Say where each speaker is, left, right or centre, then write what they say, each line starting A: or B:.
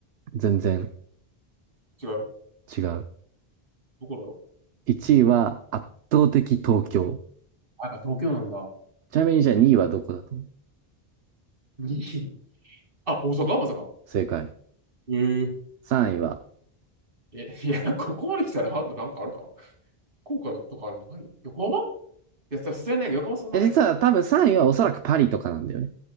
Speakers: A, on the right; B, on the right.
A: 全然
B: 違う。
A: 違う。
B: どこだろ
A: 1位は圧倒的東京。
B: う。あ、やっぱ東京なんだ。
A: ちなみにじゃあ2位はどこだと思う
B: <laughs> いいあ、大阪まさか。
A: 正解。
B: ええ。
A: 3位は
B: え、いや、ここまで来たらハードなんかあるか福岡とかない横浜いや、さすがにない。横浜そんなないか。
A: 実は多分3位はおそらくパリとかなんだよね。